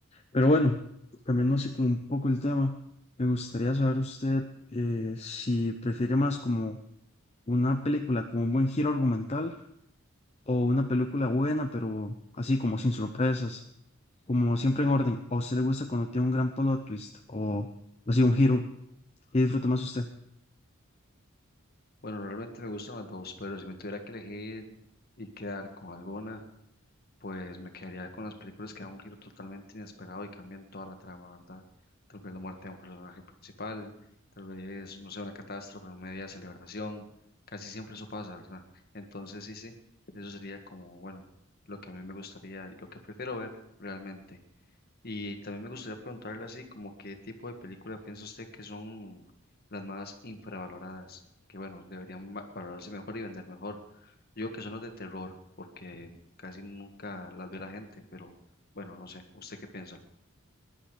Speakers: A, on the left; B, on the left.
A: Pero bueno, cambiando así como un poco el tema, me gustaría saber usted eh, si prefiere más como una película con un buen giro argumental o una película buena, pero así como sin sorpresas, como siempre en orden. ¿O a usted le gusta cuando tiene un gran plot twist o así un giro y disfruta más usted?
B: Bueno, realmente me gustan las dos, pero si me tuviera que elegir y quedar con alguna... Pues me quedaría con las películas que dan un giro totalmente inesperado y cambian toda la trama, ¿verdad? Tal vez la muerte de un personaje principal, tal vez, no sé, una catástrofe, una media celebración, casi siempre eso pasa, ¿verdad? Entonces, sí, sí, eso sería como, bueno, lo que a mí me gustaría y lo que prefiero ver realmente. Y también me gustaría preguntarle así, como qué tipo de película piensa usted que son las más infravaloradas, que bueno, deberían ma- valorarse mejor y vender mejor. Yo que son las de terror, porque casi nunca las ve la gente, pero bueno, no sé, ¿usted qué piensa?